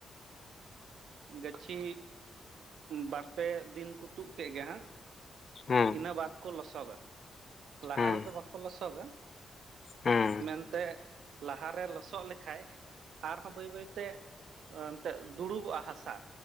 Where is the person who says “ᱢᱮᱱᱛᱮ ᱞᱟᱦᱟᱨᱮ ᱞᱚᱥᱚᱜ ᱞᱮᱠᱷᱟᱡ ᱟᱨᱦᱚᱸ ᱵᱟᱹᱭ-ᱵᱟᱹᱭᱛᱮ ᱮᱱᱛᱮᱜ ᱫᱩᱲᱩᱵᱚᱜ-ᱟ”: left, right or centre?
Right